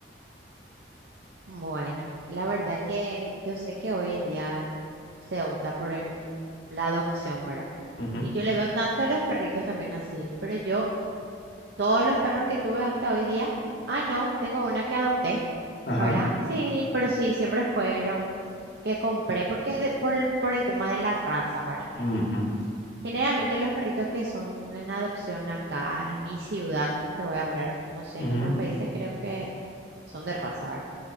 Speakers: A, on the right; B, on the left.
A: Bueno, la verdad que yo sé que hoy en día se opta por el, la adopción, ¿verdad?
B: Ujú,
A: Y yo le veo tanto a los perritos también así, pero yo, todos los perros que tuve hasta hoy día, ah, no, tengo una que adopté,
B: Ajá.
A: ¿verdad? Sí, pero sí, siempre fueron que compré, porque de- por, el- por el tema de la raza, ¿verdad?
B: ujú,
A: Generalmente los perritos que son en adopción acá, en mi ciudad, te voy a hablar, no sé,
B: ujú,
A: en otros países creo que son de raza, ¿verdad?